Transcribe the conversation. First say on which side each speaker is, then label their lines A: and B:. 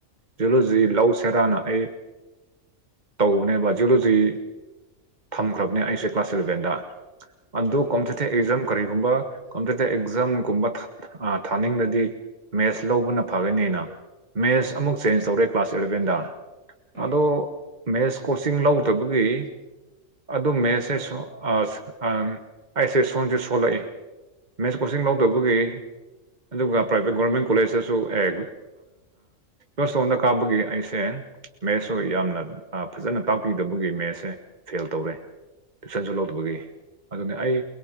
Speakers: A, on the right (about 65°); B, on the right (about 35°).
A: ꯎꯝ
B: ꯖꯨꯂꯣꯖꯤ ꯂꯧ ꯁꯦꯔꯥꯅ ꯑꯩ ꯇꯧꯕꯅꯦꯕ ꯖꯨꯂꯣꯖꯤ ꯊꯝꯈ꯭ꯔꯕꯅꯦ ꯑꯩꯁꯦ ꯀ꯭ꯂꯥꯁ ꯏꯂꯕꯦꯟꯗ ꯑꯗꯨ
A: ꯎꯝ
B: ꯀꯣꯝꯄꯤꯇꯤꯇꯤꯞ ꯑꯦꯛꯖꯥꯝ ꯀꯔꯤꯒꯨꯝꯕ ꯀꯝꯄꯤꯇꯤꯇꯤꯞ ꯑꯦꯛꯖꯥꯝꯒꯨꯝꯕ ꯊꯥ ꯊꯥꯅꯤꯡꯂꯗꯤ ꯃꯦꯠꯁ ꯂꯧꯕꯅ ꯐꯒꯅꯤꯅ ꯃꯦꯠꯁ ꯑꯃꯨꯛ ꯆꯦꯟꯖ ꯇꯧꯔꯦ ꯀ꯭ꯂꯥꯁ ꯑꯦꯂꯚꯦꯟꯗ
A: ꯎꯝ
B: ꯑꯗꯣ ꯃꯦꯁ ꯀꯣꯆꯤꯡ ꯂꯧꯗꯕꯒꯤ ꯑꯗꯨ ꯃꯦꯁꯦ ꯑ <unintelligible> ꯑꯝ ꯑꯩꯁꯦ ꯁꯣꯟꯖꯨ ꯊꯣꯛꯂꯛꯏ ꯃꯦꯠꯁ ꯀꯣꯆꯤꯡ ꯂꯧꯗꯕꯒꯤ ꯑꯗꯨꯒ ꯄ꯭ꯔꯥꯏꯚꯦꯠ ꯒꯣꯔꯃꯦꯟ ꯀꯣꯂꯦꯖꯇꯁꯨ <unintelligible> ꯖꯣꯟꯇꯣꯟꯗ ꯀꯥꯕꯒꯤ ꯑꯩꯁꯦ ꯃꯦꯠꯁꯁꯨ ꯌꯥꯝꯅ ꯑ ꯐꯖꯅ ꯇꯥꯛꯄꯤꯗꯕꯒꯤ ꯃꯦꯠꯁꯁꯦ ꯐꯦꯜ ꯇꯧꯔꯦ ꯇꯨꯏꯁꯟꯁꯨ ꯂꯧꯗꯕꯒꯤ ꯑꯗꯨꯅꯤ ꯑꯩ